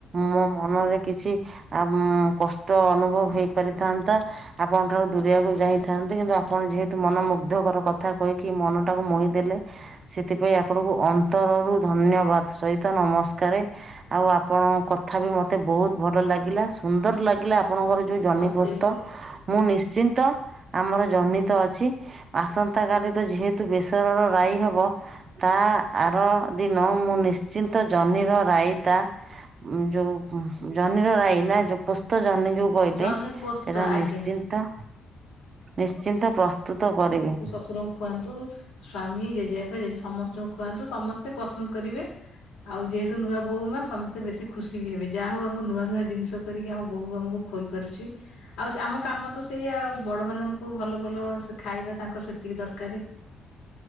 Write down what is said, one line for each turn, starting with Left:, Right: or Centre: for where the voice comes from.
Right: ମୋ ମନରେ କିଛି ଆ କଷ୍ଟ ଅନୁଭବ ହେଇପାରିଥାନ୍ତା। ଆପଣଙ୍କ ଠାରୁ ଦୂରେଇବାକୁ ଯାଇଥାନ୍ତି କିନ୍ତୁ ଆପଣ ଯେହେତୁ ମନମୁଗ୍ଧକର କଥା କହିକି ମନଟାକୁ ମୋହି ଦେଲେ ସେଥିପାଇଁ ଆପଣଙ୍କୁ ଅନ୍ତରରୁ ଧନ୍ୟବାଦ ସହିତ ନମସ୍କାର। ଆଉ ଆପଣଙ୍କ କଥା ବି ମତେ ବହୁତ ଭଲ ଲାଗିଲା ସୁନ୍ଦର ଲାଗିଲା ଆପଣଙ୍କର ଯୋଉ ଜହ୍ନିପୋସ୍ତ
Left: ମତେ ବି ସେ
Right: ମୁଁ ନିଶ୍ଚିନ୍ତ ଆମର ଜହ୍ନି ଅଛି ଆସନ୍ତାକାଲି ତ ଯେହେତୁ ବେସରର ରାଇ ହବ ତା ଆର ଦିନ ମୁଁ ନିଶ୍ଚିନ୍ତ ଜହ୍ନିର ରାଇତା ଯୋଉ ଜହ୍ନିର ରାଇ ନା ଯୋଉ ପୁସ୍ତ ଜହ୍ନି ଯୋଉ କହିଲେ
Left: ଜହ୍ନି ପୋସ୍ତ
Right: ସେଟା
Left: ଆଜ୍ଞା
Right: ନିଶ୍ଚିନ୍ତ ନିଶ୍ଚିନ୍ତ ପ୍ରସ୍ତୁତ କରିବେ।
Left: ଶଶୁରଙ୍କୁ ଖୁଆନ୍ତୁ ସ୍ଵାମୀ ଜେଜେବାପା ଜେଜେମା ସମସ୍ତଙ୍କୁ ଖୁଆନ୍ତୁ ସମସ୍ତେ ପସନ୍ଦ କରିବେ। ଆଉ ଯେହେତୁ ନୂଆ ବୋହୁ ମା ସମସ୍ତେ ବେଶୀ ଖୁସି ବି ହେବେ ଯାହା ହଉ ଆମ ନୂଆ ନୂଆ ଜିନିଷ କରିକି ଆମ ବୋହୁ ଆମକୁ ଖୋଇପାରୁଛି। ଆଉ ଆମ କାମ ତ ସେଇଆ ବଡ ମାନଙ୍କୁ ଭଲ ଭଲ ଖାଇବା ତାଙ୍କର ସେତିକି ଦରକାର।